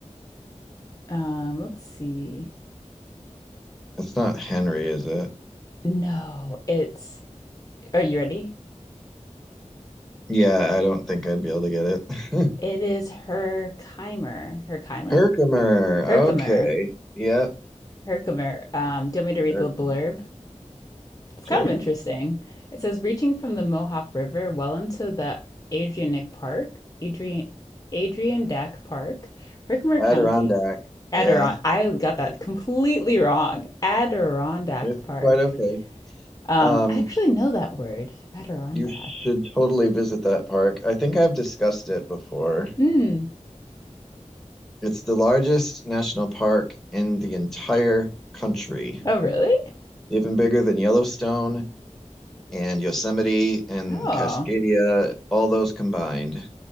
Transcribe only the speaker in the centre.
It's not Henry, is it?
Yeah, I don't think I'd be able to get it.
<laughs>
Herkimer.
Okay. Yep.
Herkimer.
Sure.
Adirondack.
Yeah,
it's
quite okay.
Um,
you should totally visit that park. I think I've discussed it before.
It's the largest national park in the entire country,
even bigger than Yellowstone and Yosemite and
Cascadia, all those combined.